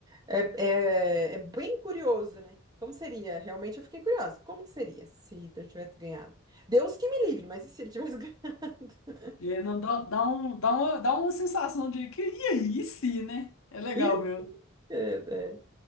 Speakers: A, on the right; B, on the left.
A: é, é, é bem curioso, né? Como seria? Realmente eu fiquei curiosa. Como que seria se Hitler tivesse ganhado? Deus que me livre, mas e se ele tivesse <laughs> ganhado?
B: E aí não dá, dá, um, dá, uma, dá uma sensação de que, e aí, sim, né? É legal,
A: Ih,
B: meu.
A: é, é.